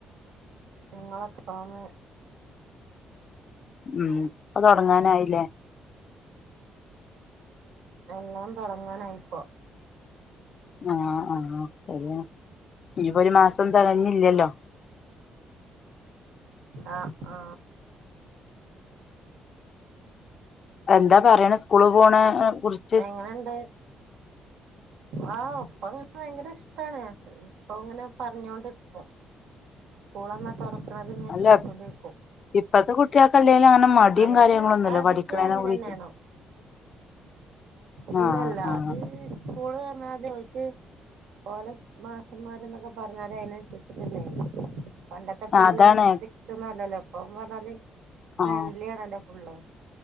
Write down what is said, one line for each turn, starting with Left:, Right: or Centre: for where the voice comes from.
Right: നിങ്ങളൊക്കെ ആമേ
Left: ഉം അപ്പൊ തൊടങ്ങാനായില്ലേ
Right: എല്ലാം തൊടങ്ങാനായിപ്പൊ
Left: ആ ആ ശെരിയാ ഇനിപ്പോ ഒരു മാസം തെകഞ്ഞില്ലല്ലോ
Right: ആ ആ
Left: എന്താ പറേണേ സ്കൂളീപോണേ കുറിച്ച്
Right: എങ്ങനെണ്ട് ആ ഒപ്പങ്ങനെ ഭയങ്കര ഇഷ്ട്ടാണ് രാത്രി ഇപ്പൊ ഇങ്ങനെ പറഞ്ഞോണ്ടിരിക്കും സ്കൂൾ എന്നാ തൊറക്കണത് ഇങ്ങനെ
Left: അല്ല
Right: ചോയിച്ചോണ്ടിരിക്കും
Left: ഇപ്പത്തെ കുട്ടികൾക്ക് അല്ലേലും അങ്ങനെ മടിയും
Right: അവര്
Left: കാര്യങ്ങളൊന്നുമില്ല
Right: ആദ്യൊക്കെ
Left: പഠിക്കണേനെ
Right: അങ്ങനെ
Left: കുറിച്ച്
Right: തന്നെയാണോ ഇല്ലല്ല
Left: ആഹ് ആഹ്
Right: അത് സ്കൂൾ കാരണാത് ഓൽക്ക് ഓലെ മാഷന്മാരൊന്നൊക്കെ പറഞ്ഞാല് അതിനനുസരിച്ചിട്ടല്ലേ പണ്ടത്തെ പോലെ
Left: അതാണ്
Right: സ്ട്രിക്റ്റ് ഒന്നും അല്ലല്ലോ ഇപ്പൊന്ന് പറഞ്ഞാല് ഫ്രണ്ട്ലി
Left: ആഹ്
Right: ആണല്ലോ ഫുള്ള്